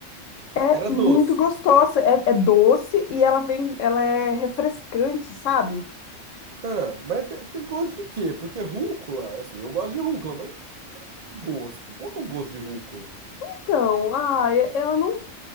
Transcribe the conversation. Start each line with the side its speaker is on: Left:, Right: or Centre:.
Left: é
Right: E era doce.
Left: muito gostosa, é, é doce e ela vem, ela é refrescante, sabe?
Right: Ah, mas tem, tem gosto de quê? Porque rúcula, assim, eu gosto de rúcula, mas gosto. Qual que é o gosto de rúcula?
Left: Então, ah, e- ela não.